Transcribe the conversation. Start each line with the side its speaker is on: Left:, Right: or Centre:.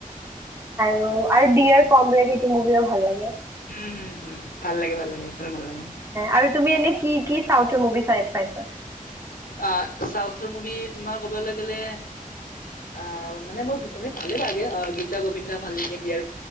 Right: অঁ আৰু ডিয়াৰ কমৰেড এইটো মুভিও ভাল লাগে
Left: উম হুম হুম ভাল লাগে ভাল লাগে সেইখনো ভাল লাগে।
Right: আৰু তুমি এনে কি কি চাওঁতে মুভি চাই পাইছা
Left: অঁ চাউথৰ মুভি তোমাৰ কবলৈ গ'লে অ মানে মই এনে ভালে পাওঁগে অ গীতা গোবিন্দা ভাল লাগে দিয়াৰ